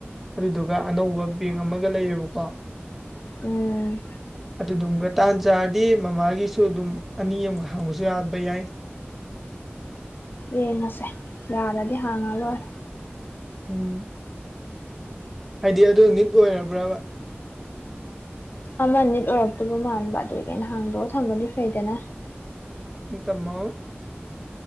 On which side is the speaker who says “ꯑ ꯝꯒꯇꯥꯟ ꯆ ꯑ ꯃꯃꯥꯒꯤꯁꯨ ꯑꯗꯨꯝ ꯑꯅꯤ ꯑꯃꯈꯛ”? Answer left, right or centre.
Centre